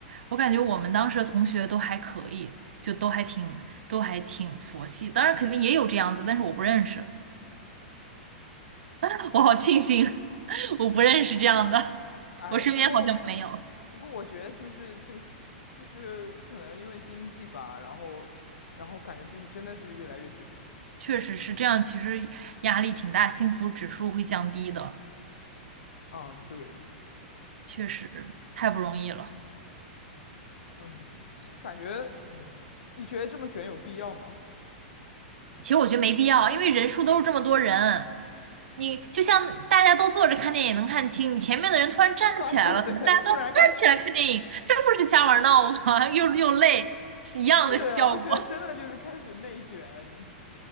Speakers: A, on the right; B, on the left.
A: 我感觉我们当时的同学都还可以，就都还挺都还挺佛系，当然肯定也有这样子，但是我不认识，<laughs> 我好庆幸 <laughs> 我不认识这样的，
B: 哎，
A: 我身边好像没有。
B: 不过，不过，我觉得就是这个是，就是可能因为经济吧，然后，然后感觉就是真的是越来越卷。
A: 确实是这样，其实压力挺大，幸福指数会降低的，
B: 嗯，对，
A: 确实太不容易了。
B: 嗯，就感觉，嗯，你觉得这么卷有必要吗？
A: 其实我觉得没必要，因为人数都是这么多人，你就像大家都坐着看电影能看清，你前面的人突然站起来了，
B: <laughs> 啊，对对，
A: 怎么大家都站起来看电影，
B: 突然开，始，
A: 这不是瞎玩闹吗？<laughs> 又又累，一样的效果。
B: 是啊，我觉得真的就是开始内卷，